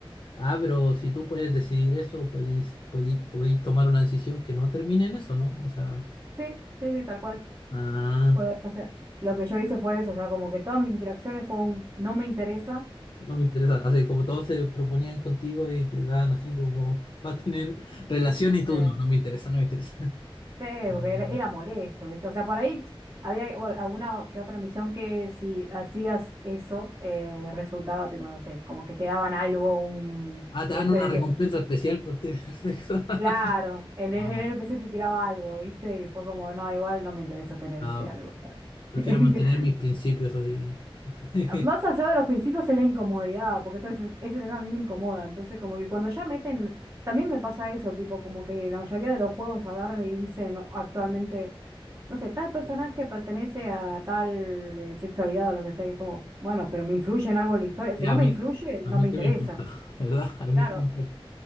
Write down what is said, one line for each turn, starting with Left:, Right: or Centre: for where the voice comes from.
Left: Ah, pero si tú puedes decidir eso, podéis, podéis, podéis tomar una decisión que no termine en eso, ¿no? O sea,
Right: Sí, sí, sí, tal cual.
Left: ah,
Right: Pues, o sea, lo que yo hice fue eso, o sea, como que todas mis interacciones fue un no me interesa.
Left: no me interesa. Así como todos se proponían contigo y te dan así como <laughs> va a tener relación y tú
Right: Sí.
Left: no, no me interesa, no me interesa.
Right: Sí,
Left: <laughs>
Right: porque era, era molesto, ¿viste? O sea, por ahí había bueno, alguna o- que otra misión que si hacías eso, eh, resultaba, tipo, no sé, como que te daban algo, un...
Left: Ah, te
Right: el-
Left: dan una
Right: el-
Left: recompensa especial por tener sexo. <laughs>
Right: claro, el, el
Left: Ah,
Right: NPC te tiraba algo, ¿viste? Y fue como, no, igual no me interesa tener
Left: no,
Right: ese algo. <laughs>
Left: prefiero mantener mis principios así. <laughs>
Right: Más allá de los principios es la incomodidad, porque todo ese, ese tema a mí me incomoda. Entonces, como que cuando ya meten, también me pasa eso, tipo, como que la mayoría de los juegos agarran y dicen o- actualmente, no sé, tal personaje pertenece a tal eh, sexualidad o lo que sea, y es como, bueno, pero me influye en algo en la historia. Si
Left: Ya,
Right: no
Left: a
Right: me
Left: mí,
Right: influye, no
Left: a mí
Right: me interesa.
Left: qué me importa, <laughs> ¿verdad? A mí
Right: Claro,
Left: qué me importa.